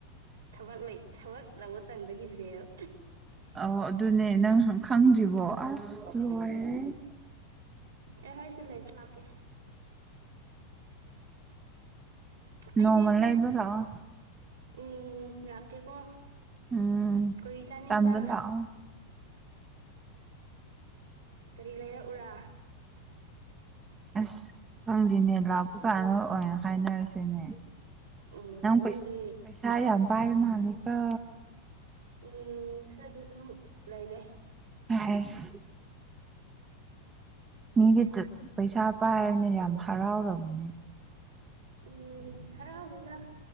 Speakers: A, on the right; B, on the right.
A: ꯊꯕꯛ ꯂꯩ ꯊꯕꯛ ꯂꯧꯕ ꯇꯟꯕꯒꯤ ꯖ‌ꯦꯜ
B: ꯑꯥ ꯑꯗꯨꯅꯦ ꯅꯪ ꯍꯥꯟ ꯈꯪꯗ꯭ꯔꯤꯕꯣ ꯑꯁ
A: ꯑꯁ
B: ꯂꯣꯏꯔꯦ
A: ꯎꯝ ꯑꯩ ꯍꯥꯏꯁꯦ ꯂꯩꯕ ꯂꯥꯛꯀꯦ ꯑꯩꯗꯤ
B: ꯅꯣꯡꯃꯥ ꯂꯩꯕ ꯂꯥ ꯑ‌ꯣ
A: ꯎꯝ ꯂꯥꯛꯀꯦꯀꯣ
B: ꯎꯝ
A: ꯀꯔꯤ ꯆꯥꯅꯤꯡꯕ꯭ꯔꯥ
B: ꯇꯝꯕ ꯂꯥꯛꯑꯣ
A: ꯀꯔꯤ ꯂꯩꯔꯛꯎꯔꯥ
B: ꯑꯁ ꯈꯪꯗꯦꯅꯦ ꯂꯥꯛꯄ ꯀꯥꯟꯗ ꯑꯣꯏꯅ ꯍꯥꯏꯅ ꯔꯁꯤꯅꯦ
A: ꯎꯝ
B: ꯅꯪ
A: ꯅꯪꯒꯤ
B: ꯄꯩꯁ ꯄꯩꯁꯥ ꯌꯥꯝ ꯄꯥꯏ ꯃꯥꯜꯂꯤꯀꯣ
A: ꯎꯝ ꯈꯔꯗꯤ ꯑꯗꯨꯝ ꯂꯩꯔꯦ
B: <unintelligible> ꯃꯤꯗꯤ ꯇꯠ ꯄꯩꯁꯥ ꯄꯥꯏꯔꯝꯅꯤ ꯌꯥꯝ ꯍꯔꯥꯎꯔꯝꯅꯤ
A: ꯎꯝ ꯍꯔꯥꯎꯗ‌ꯦꯗ